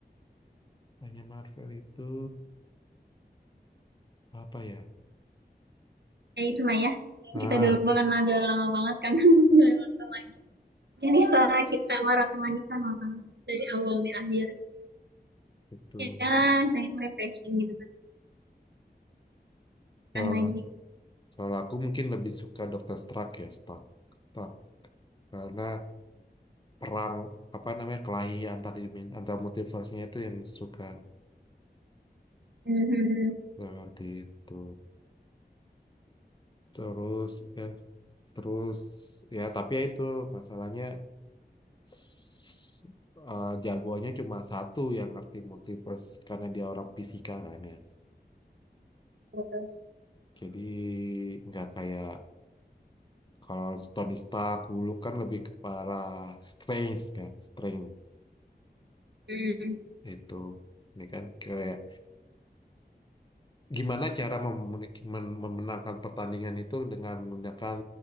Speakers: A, on the left (about 25°); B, on the right (about 80°).
A: AI-nya Marvel itu apa ya?
B: Ya itulah ya.
A: Nah,
B: Kita udah lupa kan agak lama banget kan. <laughs> Udah nonton lagi. Ini bisa kita maratonkan nonton dari awal nih akhir.
A: itu
B: Ya, kita itu refreshing gitu kan.
A: kalau
B: Kan lagi.
A: kalau aku mungkin lebih suka Dr. Stark ya, Stark. Stark. Karena perang apa namanya kelahi antar dimen- antar multiverse-nya itu yang suka
B: Mhm,
A: seperti itu. Terus ya Terus ya tapi ya itu masalahnya s- eh, jagoannya cuma satu yang ngerti multiverse karena dia orang fisika kan ya.
B: Betul.
A: Jadi nggak kayak kalau Tony Stark dulu kan lebih ke parah strange kan, strange
B: Hmm.
A: itu. Ini kan kayak gimana cara memen- men- memenangkan pertandingan itu dengan menggunakan